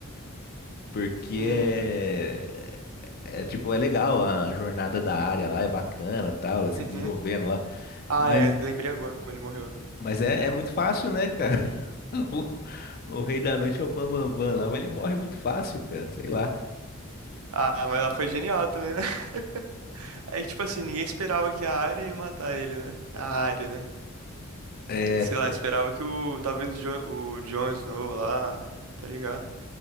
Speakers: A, on the left; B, on the right.
A: Porque
B: Hum,
A: é, é, tipo, é legal a jornada da área lá, é bacana, tal, ela se
B: uhum.
A: desenvolvendo lá.
B: Ah,
A: Mas,
B: é, lembrei agora como ele morreu.
A: mas é, é muito fácil, né, cara? <laughs> O, o Rei da Noite é o Bambambam Bam Bam Bam lá, mas ele morre muito fácil, cara. Sei lá.
B: Ah, mas ela foi genial também, né? <laughs> É que, tipo assim, ninguém esperava que a Arya ia matar ele, né? A Arya, né?
A: É.
B: Sei lá, esperava que o talvez o Jon o Jon Snow lá, tá ligado?